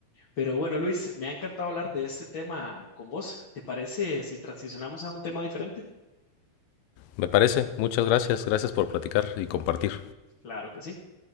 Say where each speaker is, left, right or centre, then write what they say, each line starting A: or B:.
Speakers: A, on the left (about 40°); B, on the left (about 80°).
A: Pero bueno, Luis, me ha encantado hablar de este tema con vos. ¿Te parece si transicionamos a un tema diferente?
B: Me parece. Muchas gracias. Gracias por platicar y compartir.
A: Claro que sí.